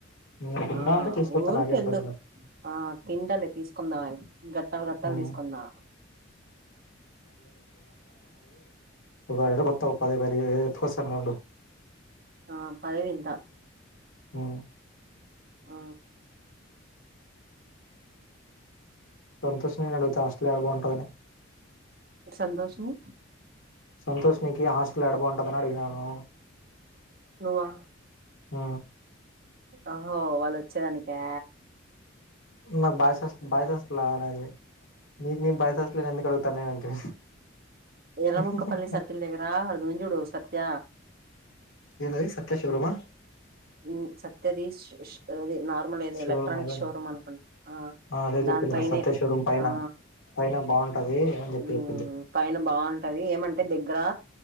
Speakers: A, on the left; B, on the right.
A: నాకు ఉందా
B: ఆ
A: అంటే తీసుకొత్తా
B: ఊర్కేళ్ళు
A: నాకేం ఇబ్బంది లే
B: ఆ తింటలే తీసుకుందాం గట్ ట్టల్ గట్టల్
A: హ్మ్
B: తీసుకున్నా
A: ఒకైదు వాత పది పదిహైదు ఎకొస్తానుండు
B: ఆ పైదింట
A: ఆ
B: ఆ
A: సంతోష్ నే అడుగుతా హాస్ట్లా ఆడ బాగుంటదని
B: సంతోషము
A: సంతోష్ నీకి హాస్టలాడ బావుంటదని అడిగినాను
B: నువ్వా?
A: ఆ
B: ఒహో వాళ్ళొచ్చేదానికా?
A: నాకు బాయ్స్ హాస్ బాయ్స్ హాస్ట్లా నాది మీ మీ బాయ్స్ హాస్ట్లనే ఎందుకు అడుగుత్ కన్నేయంటె
B: ఎర్రముక్కపల్లి
A: హు హు హు
B: సర్కిల్ దగ్గర అడుంది చూడు సత్య
A: కే గాయ్స్ సత్యా షోరూమ
B: మ్ సత్య దీష్ ఉష్ అదె నార్మల్ ఏదో
A: షోరూమ్
B: ఎలక్ట్రానిక్
A: అదే
B: షోరూమ్ అనుకుంట ఆ
A: అదే చెప్పిందిలే
B: దానిపైనే
A: సత్య షోరూమ్ పైన
B: ఆ
A: పైన బాగుంటది అని చెప్పి
B: ఉమ్మ్
A: చెప్పింది
B: పైన బావుంటది ఏ మంటె దగ్గరా